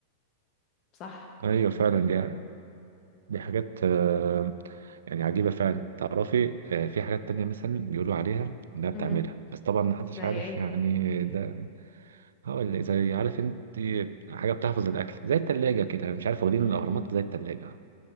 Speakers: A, on the left; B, on the right.
A: صح
B: ايوه فعلا دي دي حاجات آه، يعني عجيبة فعلا تعرفي آه، في حاجات تانية مثلا بيقولوا عليها انها بتعملها
A: امم
B: بس طبعا محدش
A: زي
B: عارف
A: ايه
B: يعني ده هقول لك زي عارف انت حاجة بتحفظ الاكل زي التلاجة كده مش عارف واخدين الاهرامات
A: امم
B: زي التلاجة